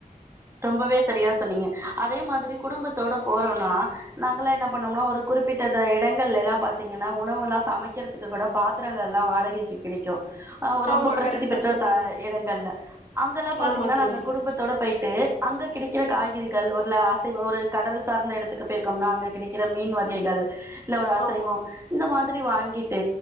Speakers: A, on the right (about 20°); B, on the left (about 50°).
A: ரொம்பவே சரியா சொன்னீங்க அதே மாதிரி குடும்பத்தோட போறோன்னா நாங்கள்லாம் என்ன பண்ணோம்னா ஒரு குறிப்பிட்ட இடங்கள்ல எல்லாம் பார்த்தீங்கன்னா உணவெல்லாம் சமைக்கிறதுக்கு கூட பாத்திரங்கள்லாம் வாடகைக்கு கிடைக்கு ஆ ரொம்ப
B: ஆமா
A: பிரசித்தி
B: கரெக்டா
A: பெற்ற
B: சொன்னீங்க
A: த இடங்கள்ல அங்கெல்லாம் பாத்தீங்கன்னா
B: ஆமா தோழி
A: நாங்க குடும்பத்தோட பொயிட் ட்டு அங்க கிடைக்கிற காய்கறிகள் ஒருல அசைவ ஒரு கடல் சார்ந்த இடத்துக்கு போயிருக்கோம்னா அங்க கிடைக்கிற மீன் வகைகள் இல்ல ஒரு அசைவம்
B: ஆமா
A: இந்த மாதி மாதிரி வாங்கிட்டு